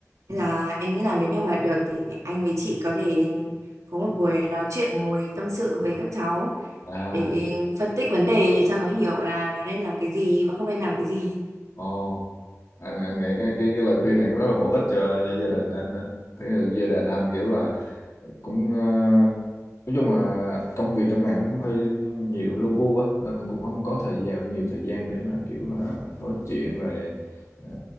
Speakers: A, on the right; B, on the left.
A: nên là em nghĩ là nếu như mà được thì anh với chị có thể có một buổi nói chuyện ngồi tâm sự với các cháu
B: à
A: để phân tích vấn đề cho nó hiểu là nó nên làm cái gì và không nên làm cái gì
B: ồ anh anh nghĩ cái cái cái lời khuyên này rất là bổ ích cho cho gia đình anh á. thế là gia đình anh kiểu là cũng ờ, nói chung là công việc trong này nó cũng hơi nhiều lu bu á nên là cũng không có thời gian nhiều thời gian để mà kiểu là nói chuyện rồi ờ,